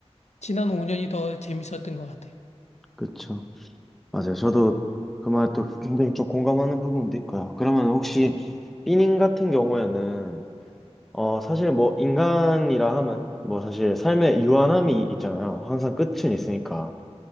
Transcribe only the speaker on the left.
지난 5년이 더 재밌었던 것 같아요.